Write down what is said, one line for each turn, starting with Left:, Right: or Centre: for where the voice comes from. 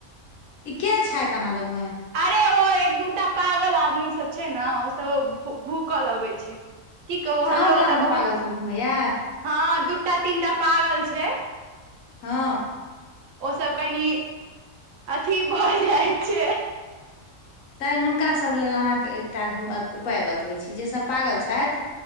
Left: ई के छैथ अहाँ लगमे
Right: अरे ओ एक दूटा पागल आदमी सब छै न ओ सब भूक लगै छै की कहू हमरो
Left: अहूँ
Right: ओतऽ
Left: गाममे
Right: बहुत
Left: पागल सब घुमैया
Right: हँ दूटा तीनटा पागल छै
Left: हँ
Right: ओ सब कनी अथी भ जाय छै
Left: तहेन हुनकासभ लेल अहाँके एकटा हम उपाय बतबै छी जेसभ पागल छैथ